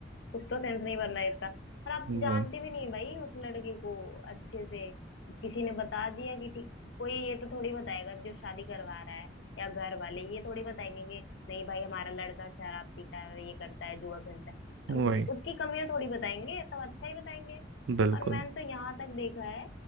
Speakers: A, on the left; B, on the right.
A: कुछ तो सेंस नहीं बन रहा है इसका और आप
B: वो
A: जानते भी नहीं भाई उस लड़के को अच्छे से किसी ने बता दिया कि ठीक कोई ये तो थोड़ी बताएगा जो शादी करवा रहा है या घर वाले ये थोड़ी बताएंगे कि नहीं भाई हमारा लड़का शराब पीता है ये करता है जुआ खेलता है
B: वही
A: अब उसकी कमियां थोड़ी बताएंगे सब अच्छा ही बताएंगे
B: बिल्कुल
A: और मैंने तो यहाँ तक देखा है